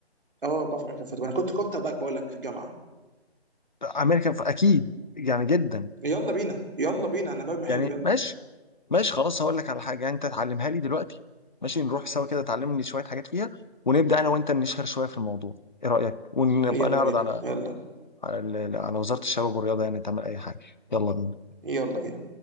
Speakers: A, on the right (about 55°); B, on the left (about 45°).
A: اه بعرف امريكا فوتبول انا كنت كورتر باك بقول لك في الجامعه
B: امريكان ف... اكيد يعني جدا
A: يلا بينا يلا بينا انا برمي حلو
B: يعني
A: يلا
B: ماشي ماشي خلاص هقول لك على حاجه يعني انت تعلمها لي دلوقتي ماشي نروح سوا كده تعلمني شويه حاجات فيها ونبدا انا وانت نشهر شويه في الموضوع ايه رايك ونبقى
A: يلا
B: نعرض
A: بينا
B: على
A: يلا
B: على, على وزاره الشباب والرياضه يعني تعمل اي حاجه يلا بينا
A: يلا بينا